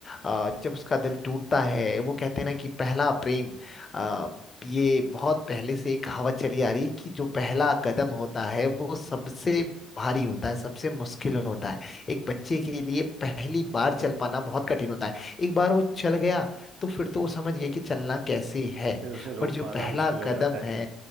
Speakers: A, on the left; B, on the right.
A: अ, जब उसका दिल टूटता है वो कहते हैं ना कि पहला प्रेम अ, ये बहुत पहले से एक कहावत चली आ रही है कि जो पहला कदम होता है वो सबसे भारी होता है सबसे मुश्किल होता है एक बच्चे के लिए पहली बार चल पाना बहुत कठिन होता है एक बार वो चल गया तो फिर तो वो समझ गया कि चलना कैसे है
B: फिर उसे रोक
A: पर जो
B: पाना
A: पहला
B: मुश्किल हो
A: कदम
B: जाता है
A: है